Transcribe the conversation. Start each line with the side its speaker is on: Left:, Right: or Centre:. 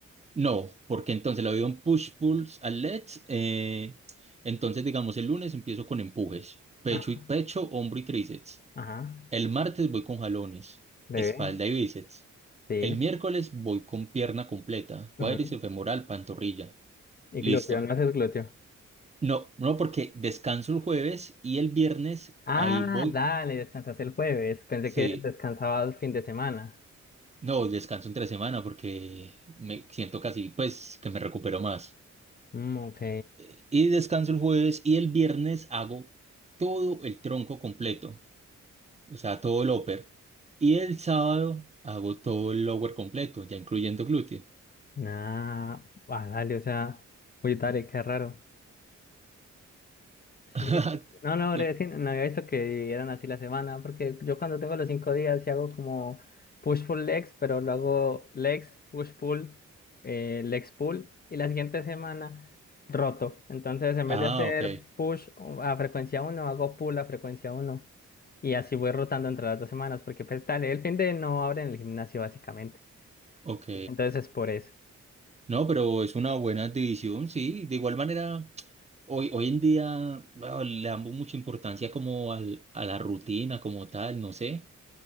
Right: no, porque entonces la divido en push, pull and let. eh, entonces, digamos, el lunes empiezo con empujes, pecho
Left: Ajá,
Right: y pecho, hombro y tríceps.
Left: ajá,
Right: El martes voy con jalones,
Left: debe,
Right: espalda y bíceps.
Left: sí.
Right: El miércoles voy con pierna completa, cuádriceps
Left: ujú.
Right: femoral, pantorrilla.
Left: Y
Right: Listo.
Left: glúteo, no haces glúteo.
Right: No, no, porque descanso el jueves y el viernes
Left: Ah,
Right: ahí voy.
Left: dale, descansas el jueves. Pensé
Right: Sí,
Left: que descansabas fin de semana.
Right: no, descanso entre semana porque me siento casi, pues, que me recupero más.
Left: Mm, ok.
Right: Eh, Y descanso el jueves y el viernes hago todo el tronco completo, o sea, todo el upper. Y el sábado hago todo el lower completo, ya incluyendo glúteo.
Left: Nah, ah, dale, o sea, oye, Tarek, qué raro.
Right: <laughs>
Left: Sí, sí. No, no, breve,
Right: Yo-
Left: sí, no había visto que eran así la semana, porque yo cuando tengo los cinco días sí hago como push-pull legs, pero lo hago legs, push-pull, eh, legs pull, y la siguiente semana roto. Entonces, en
Right: Ah,
Left: vez de hacer
Right: ok,
Left: push a frecuencia uno, hago pull a frecuencia uno, y así voy rotando entre las dos semanas, porque pues dale, el fin de no abre en el gimnasio básicamente.
Right: ok.
Left: Entonces es por eso.
Right: No, pero es una buena división, sí. De igual manera, hoy, hoy en día bueno, le damos mucha importancia como al, a la rutina como tal, no sé.